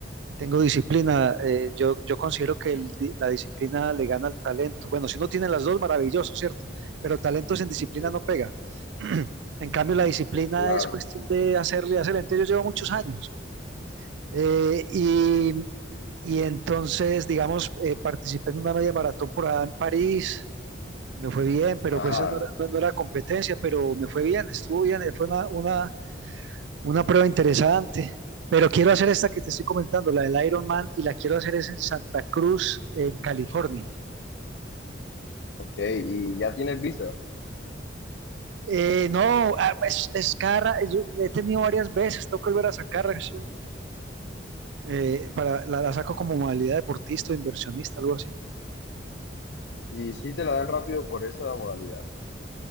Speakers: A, on the right; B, on the left.
A: Tengo disciplina. eh, yo, yo considero que el di- la disciplina le gana al talento. Bueno, si uno tiene las dos, maravilloso, ¿cierto? Pero talento sin disciplina
B: Sí,
A: no pega. <clears throat> En cambio, la disciplina
B: claro.
A: es cuestión de hacerle, hacerle. Entonces, yo llevo muchos años. Eh, y, y entonces, digamos, eh, participé en una media maratón por allá en París. Me fue bien, pero
B: Ah,
A: pues eso no era, no- no era competencia, pero me fue bien, estuvo bien. eh, Fue una, una, una prueba interesante, pero quiero hacer esta que te estoy comentando, la del Ironman, y la quiero hacer es en Santa Cruz, en California.
B: ok. ¿Y ya tienes visa?
A: Eh, no, ah, es, es cara, yo he tenido varias veces, tengo que volver a sacarla, eso, eh, para, la, la saco como modalidad deportista o inversionista, algo así.
B: ¿Y si te la dan rápido por esa modalidad?